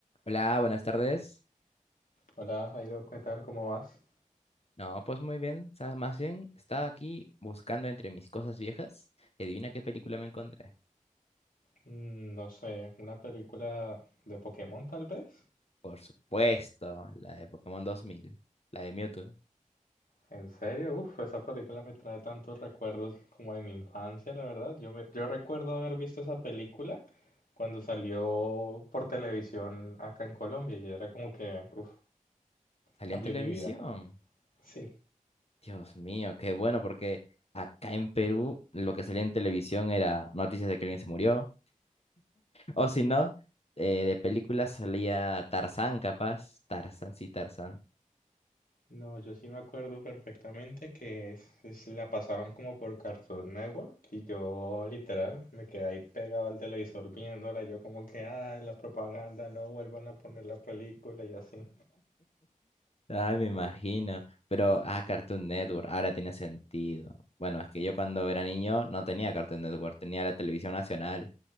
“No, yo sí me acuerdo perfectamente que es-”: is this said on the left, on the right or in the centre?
Left